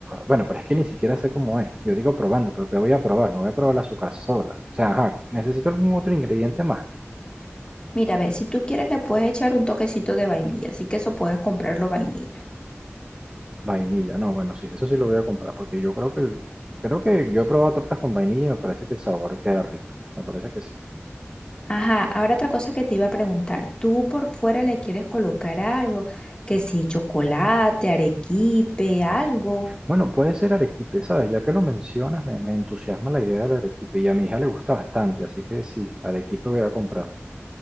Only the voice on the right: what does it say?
bueno, pero es que ni siquiera sé cómo es. Yo digo probando, pero ¿qué voy a probar? No voy a probar el azúcar sola. O sea, ajá, necesito algún otro ingrediente más.
Vainilla, no, bueno, sí, eso sí lo voy a comprar, porque yo creo que, el- creo que yo he probado tortas con vainilla y me parece que el sabor queda rico. Me parece que sí.
Bueno, puede ser arequipe, ¿sabes? Ya que lo mencionas, me, me entusiasma la idea del arequipe y a mi hija le gusta bastante, así que sí, arequipe voy a comprar.